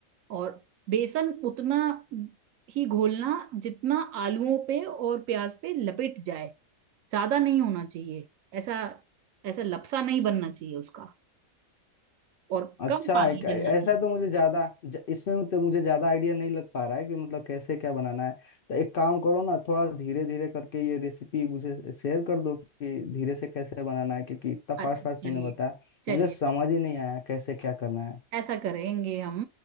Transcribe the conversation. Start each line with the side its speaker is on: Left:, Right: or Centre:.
Right: और बेसन उतना ही घोलना जितना आलूओं पे और प्याज पे लपेट जाए ज्यादा नहीं होना चाहिए ऐसा ऐसा लपसा नहीं बनना चाहिए उसका और
Left: अच्छा
Right: कम पानी
Left: एक ऐसा
Right: डलना चाहिए
Left: तो मुझे ज्यादा ज- इसमें तो मुझे ज्यादा आइडिया नहीं लग पा रहा है कि मतलब कैसे क्या बनाना है तो एक काम करो ना थोड़ा धीरे धीरे करके ये रेसिपी मुझे शेयर कर दो कि धीरे से कैसे बनाना है क्योंकि इतना फास्ट
Right: अच्छा
Left: फास्ट
Right: चलिए
Left: तूने बताया
Right: चलिए
Left: मुझे समझ ही नहीं आया कैसे क्या करना है
Right: ऐसा करेंगे हम